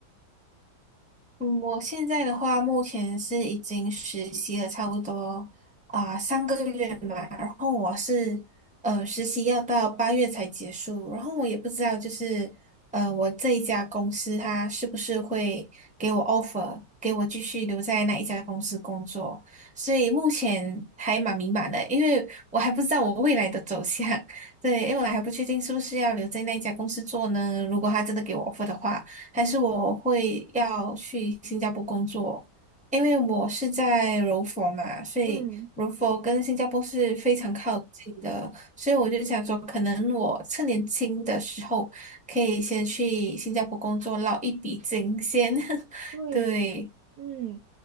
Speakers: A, in the centre; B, on the right (about 70°).
A: 嗯，我现在的话，目前是已经实习了差不多啊、三个月嘛，然后我是呃实习要到八月才结束，然后我也不知道就是呃我这一家公司它是不是会给我 offer，给我继续留在那一家公司工作，所以目前还蛮迷茫的，因为我还不知道我未来的走向，<laughs> 对，因为我还不确定是不是要留在那一家公司做呢，如果他真的给我 offer 的话。还是我会要去新加坡工作？因为我是在柔佛嘛，所以柔佛跟新加坡是非常靠近的，
B: 嗯，
A: 所以我就想说，可能我趁年轻的时候可以先去新加坡工作，捞一笔金先。<laughs>
B: 对的，
A: 对，
B: 嗯，